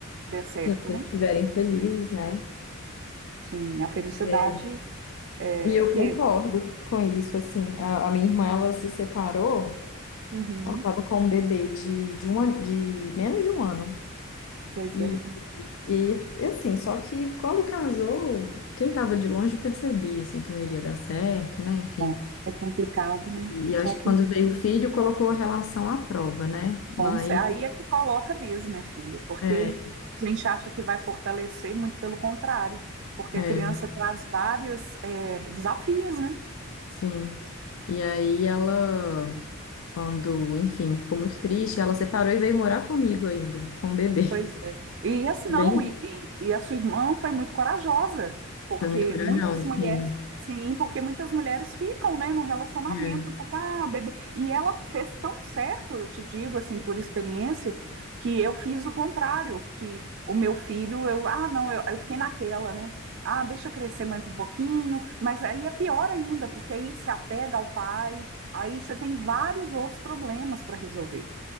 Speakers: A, on the right (about 55°); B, on the left (about 70°).
A: der certo,
B: eles estiverem
A: né?
B: felizes, né?
A: Sim, a felicidade
B: É.
A: é
B: E eu
A: que.
B: concordo com isso, assim. A, a minha irmã, ela se separou,
A: Uhum,
B: ela estava com um bebê de, de, um, ano- de menos de um ano.
A: pois
B: E,
A: é,
B: e, assim, só que quando casou, quem estava de longe percebia, assim, que não iria dar certo, né? Enfim.
A: Bom, é complicado, né?
B: E, eu
A: Só
B: acho
A: que
B: que quando veio o filho, colocou a relação à prova, né? mas
A: Bom, cê- Aí é que coloca mesmo, minha filha, porque
B: é,
A: a gente acha que vai fortalecer, muito pelo contrário, porque
B: é,
A: a criança traz vários, eh, desafios, né?
B: sim. E aí ela... Quando, enfim, ficou muito triste, ela separou e veio morar comigo ainda, com o bebê.
A: Pois é. E assim
B: Foi
A: não,
B: bem,
A: e, e, e a sua irmã foi muito corajosa, porque
B: foi muito corajosa,
A: muitas mulheres,
B: sim.
A: sim, porque muitas mulheres ficam, né, no relacionamento,
B: É.
A: porque, ah, bebê. E ela fez tão certo, eu te digo, assim, por experiência, que eu fiz o contrário, que o meu filho, eu, ah, não, eu, eu fiquei naquela, né, ah, deixa crescer mais um pouquinho, mas aí é pior ainda, porque aí se apega ao pai, aí você tem vários outros problemas para resolver,